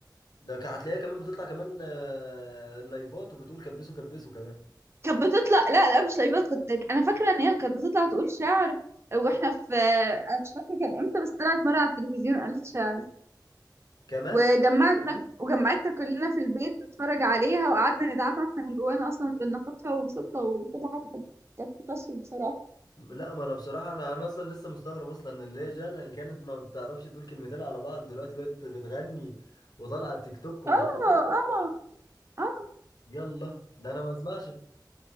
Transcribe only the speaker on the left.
ده كان- هتلاقيها كمان بتطلع كمان آه، لايفات وبتقول كبسوا كبسوا كمان
كمان
لا ما انا بصراحه انا انا اصلا لسه مستغرب اصلا ان اللي هي جانا اللي كانت ما بتعرفش تقول كلمتين على بعض دلوقتي بقت بتغني وطالعه على التيك توك ومش
عارف ايه
يلا ده انا ما اسمعش